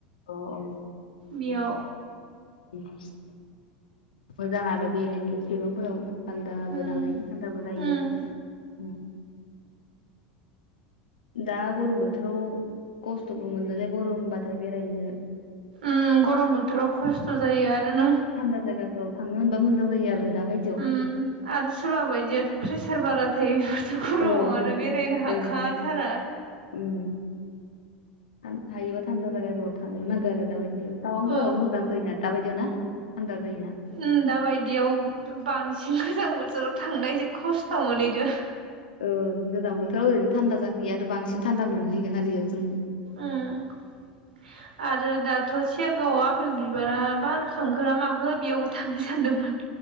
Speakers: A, on the left; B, on the right.
A: अ औ अ
B: बेयाव
A: अ <unintelligible> मोजां आरो बेरायनो सिलंफोराव थान्दाबो
B: उम
A: नालाय थान्दाबो जायो।
B: उम
A: ओम दा गरम बोथोराव खस्थ'बो मोनोलै गरमबाथाय बेरायनो।
B: ओम गरम बोथोराव खस्थ' जायो आरो नों
A: थान्दा जायगाफोराव थांनो मोनबा मोजां जायो आरो दा बायदियाव
B: उम आरो सोरबा बायदियाथ' प्रेसार बारा थायो बेफोरथ' गरमाव
A: औ
B: आरो बेरायनो हाखाथारा।
A: ओं उम हा-हायोबा थानदा जागायफोराव थांनो नांगो आरो दाबायदि बे तावांफोरावबो
B: औ
A: मोजां जायगा दाबायदियाव ना थान्दा जायोना।
B: ओम दाबायदियाव बांसिन गोजां बोथोराव थांनाय खस्थ' मोनहैदों।
A: ओं गोजां बोथोराव ओरैनो थान्दा जाखोया आरो बांसिन थान्दा मोनहैगोन आरो एयाव जों।
B: उम आरो दा थ' सेरगावआव आपेल बिबारा बारखांखोना माखो बेयाव थांनो सानदोंमोन।